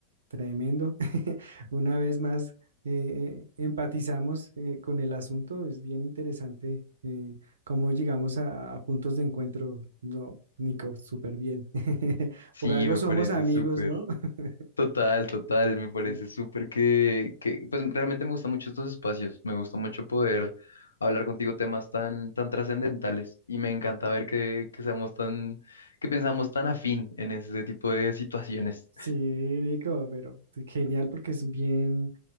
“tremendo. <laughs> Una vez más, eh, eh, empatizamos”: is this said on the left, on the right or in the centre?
Right